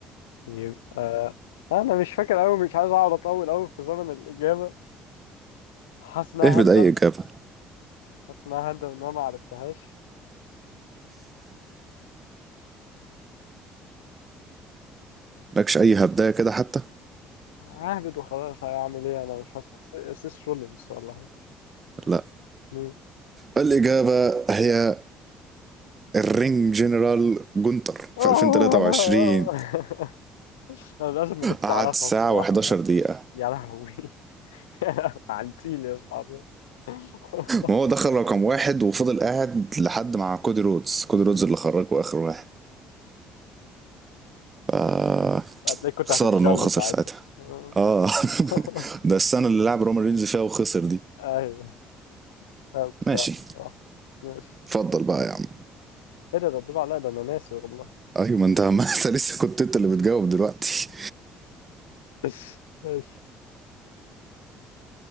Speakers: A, on the left; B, on the right.
A: يبقى انا مش فاكر قوي مش عايز اقعد اطول قوي في زمن الاجابه حاسس ان انا
B: اهبد
A: هندم
B: اي اجابه
A: حاسس ان انا هندم ان انا ما عرفتهاش
B: مالكش اي هبدايه كده حتى
A: ههبد وخلاص هعمل ايه انا مش هسكت سيس رولينز والله
B: لا
A: مين؟
B: الإجابة هي الرينج جنرال جونتر
A: آه.
B: في 2023
A: <laughs> انا للاسف ما كنتش
B: قعد
A: اعرفها
B: ساعة
A: الصراحه
B: و11
A: لا.
B: دقيقة
A: يا لهوي <laughs> يا لهوي، عنتيل يا صاحبي <laughs>
B: وهو دخل رقم واحد وفضل قاعد لحد مع كودي رودز كودي رودز اللي خرجه آخر واحد آه
A: هتلاقيك كنت
B: خسارة
A: هتتشل
B: إن هو خسر
A: ساعتها
B: ساعتها
A: آه.
B: آه <laughs>
A: <laughs>
B: <applause> ده السنة اللي لعب رومان رينز فيها وخسر دي
A: ايوه انا ما كنتش
B: ماشي
A: اعرف الصراحه ماشي
B: اتفضل بقى يا عم
A: ايه ده ده الدور عليا ده انا ناسي والله
B: أيوة ما أنت <laughs> ما أنت لسه كنت أنت اللي بتجاوب دلوقتي
A: <laughs> ماشي